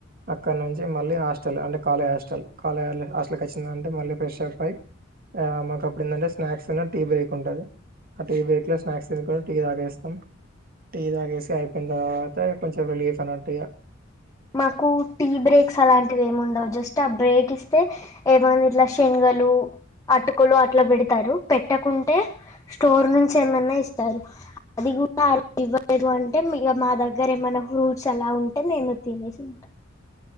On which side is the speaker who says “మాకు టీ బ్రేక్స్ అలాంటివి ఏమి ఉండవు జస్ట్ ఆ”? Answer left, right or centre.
Left